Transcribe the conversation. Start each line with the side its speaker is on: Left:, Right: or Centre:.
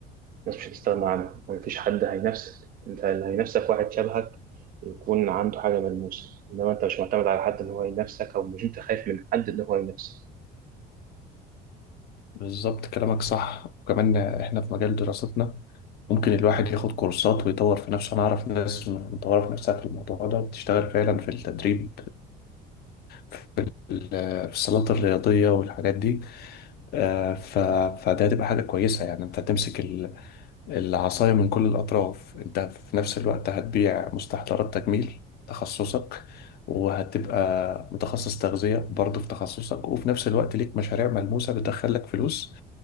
Right: الناس مش هتستغنى عنه ومفيش حد هينافسك انت اللي هينافسك واحد شبهك يكون عنده حاجة ملموسة انما انت مش معتمد على حد ان هو ينافسك او مش انت خايف من حد ان هو ينافسك
Left: بالظبط كلامك صح وكمان إحنا في مجال دراستنا ممكن الواحد ياخد كورسات ويطور في نفسه أنا أعرف ناس مطورة في نفسها في الموضوع ده بتشتغل فعلا في التدريب في ال- في الصالات الرياضية والحاجات دي آه، ف... فده هتبقى حاجة كويسة يعني أنت تمسك العصاية من كل الأطراف أنت في نفس الوقت هتبيع مستحضرات تجميل تخصصك وهتبقى متخصص تغذية برضه في تخصصك وفي نفس الوقت ليك مشاريع ملموسة بتدخلك فلوس